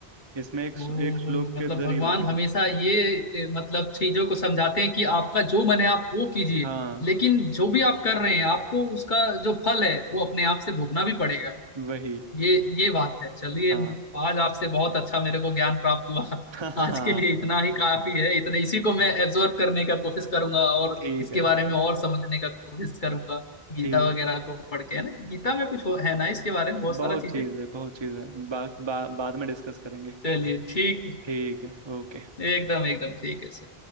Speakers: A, on the right; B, on the left.
A: इसमें एक
B: ओहो
A: एक श्लोक
B: मतलब
A: के जरिए
B: भगवान
A: बोलते
B: हमेशा
A: हैं
B: ये ए, मतलब चीजों को समझाते हैं कि आपका जो मन है आप वो कीजिए
A: हाँ
B: लेकिन जो भी आप कर रहे हैं आपको उसका जो फल है वो अपने आप से भोगना भी पड़ेगा
A: वही
B: ये ये बात है चलिए
A: हाँ
B: आज आपसे बहुत अच्छा मेरे को ज्ञान प्राप्त हुआ
A: <laughs> हाँ हाँ
B: आज
A: हाँ
B: के लिए इतना ही काफी है इतने इसी को मैं एब्जॉर्ब करने का कोशिश करूंगा और
A: ठीक
B: इसके
A: है
B: बारे में और समझने का कोशिश करूंगा गीता
A: ठीक है
B: वगैरह को पढ़ के है ना गीता में कुछ हो, है ना इसके बारे में बहुत सारा
A: बहुत
B: चीजें
A: चीज है बहुत चीज है बा, बा, बाद में डिस्कस करेंगे
B: चलिए ठीक है,
A: ठीक है ओके
B: एकदम एकदम ठीक है सर